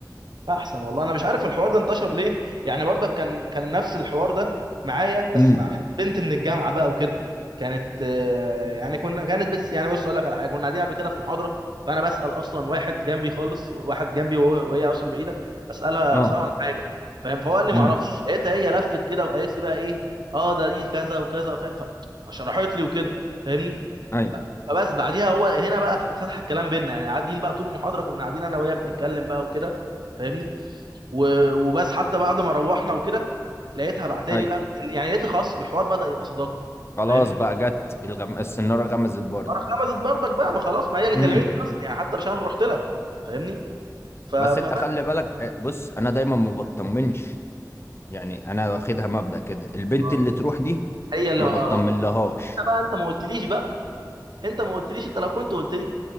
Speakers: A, on the right; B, on the left.
A: احسن والله انا مش عارف الحوار ده انتشر ليه يعني برضك كان كان نفس الحوار ده معايا بس
B: امم
A: مع بنت بنت من الجامعه بقى وكده كانت آه، يعني كنا كانت بس يعني بص اقول لك على حاجه كنا قاعدين قبل كده في محاضره فانا بسال اصلا واحد جنبي خالص واحد جنبي وهو- وهي اصلا بعيده بسالها
B: اه
A: بسالها عن حاجه فاهم فهو قال لي ما
B: امم
A: اعرفش لقيتها هي لفت كده وقالت لي بقى ايه اه ده دي كذا وكذا ف- ف- فشرحت لي وكده فاهمني
B: ايوه
A: ف- فبس بعديها هو هنا بقى فتح الكلام بينا يعني قاعدين بقى طول المحاضره كنا قاعدين انا وهي بنتكلم بقى وكده فاهمني و- وبس حتى بعد ما روحنا وكده لقيتها بعتالي
B: ايوه
A: بقى بتكلم يعني لقيت خلاص الحوار بدأ يبقى صداقه
B: خلاص
A: فاهمني
B: بقى جت الغم... السناره غمزت برضه
A: انا غمزت برضك بقى ما خلاص ما هي اللي
B: امم
A: كلمتني اصلا يعني حتى مش انا اللي رحت لها فاهمني ف- فبس
B: بس انت خلي بالك آه، بص انا دايما ما بطمنش يعني انا واخدها مبدأ كده البنت
A: اه
B: اللي تروح دي
A: هي اللي
B: ما
A: اه
B: بطمنلهاش
A: أنا بقى انت ما قلتليش بقى انت ما قلتليش انت لو كنت قلت لي